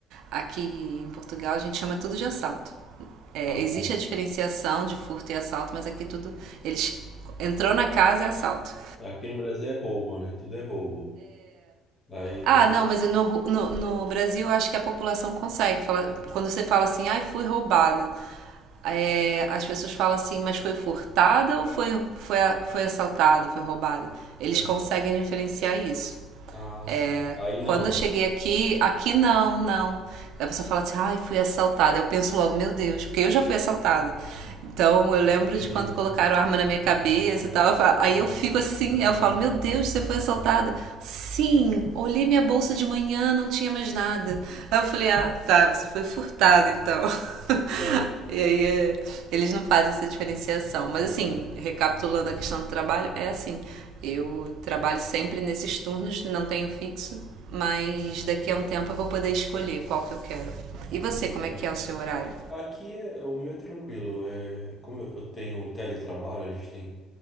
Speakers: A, on the right; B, on the left.
A: aqui em Portugal a gente chama tudo de assalto. É,
B: Ah,
A: existe
B: tá.
A: a diferenciação de furto e assalto, mas aqui tudo. Eles entrou na casa é assalto.
B: É, Aqui no Brasil é roubo, né? Tudo é roubo. Aí.
A: Ah,
B: no-
A: não, mas no, no, no Brasil eu acho que a população consegue falar. Quando você fala assim, ai, fui roubada. é, as pessoas falam assim, mas foi furtada ou foi, foi, a- foi assaltada, foi roubada? Eles
B: É.
A: conseguem diferenciar isso.
B: Ah,
A: É,
B: sim. Aí não.
A: quando eu cheguei aqui, aqui não, não. A pessoa fala assim, ai, fui assaltada. Eu penso logo, meu Deus, porque eu já fui assaltada. Então eu lembro
B: É terrível.
A: de quando colocaram a arma na minha cabeça e tal. Aí eu fico assim, eu falo, meu Deus, você foi assaltada? Sim, olhei minha bolsa de manhã, não tinha mais nada. Aí eu falei, ah, tá, você foi furtada então. <laughs>
B: É.
A: E aí é, eles não fazem essa diferenciação. Mas assim, recapitulando a questão do trabalho, é assim. Eu trabalho sempre nesses turnos, não tenho fixo, mas daqui a um tempo eu vou poder escolher qual que eu quero. E você,
B: Ah, legal.
A: como é que é o seu horário?
B: Aqui é, é, o meu é tranquilo. É, como eu, eu tenho teletrabalho, a gente tem